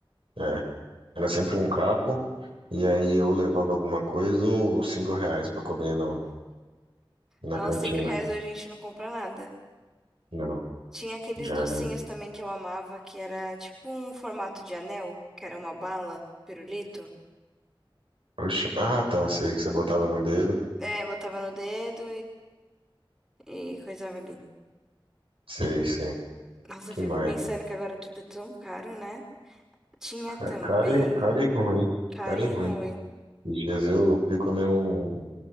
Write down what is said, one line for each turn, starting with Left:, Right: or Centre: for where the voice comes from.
Right: É. Era sempre um capo, e aí eu levava alguma coisa ou cinco reais pra comer no, na
Centre: Nossa,
Right: cantina.
Centre: cinco reais hoje a gente não compra nada.
Right: Não,
Centre: Tinha aqueles
Right: já
Centre: docinhos
Right: era.
Centre: também que eu amava, que era tipo um formato de anel, que era uma bala, pirulito.
Right: Oxi. Ah, tá, sei que você botava no dedo.
Centre: É, botava no dedo E coisava ali.
Right: Sei, sei.
Centre: Nossa,
Right: Que
Centre: eu fico
Right: mais?
Centre: pensando que agora tudo é tão caro, né? Tinha
Right: Cara,
Centre: também,
Right: cara e cara e ruim.
Centre: caro
Right: Cara
Centre: e
Right: e ruim.
Centre: ruim.
Right: Esses dias eu fui comer um.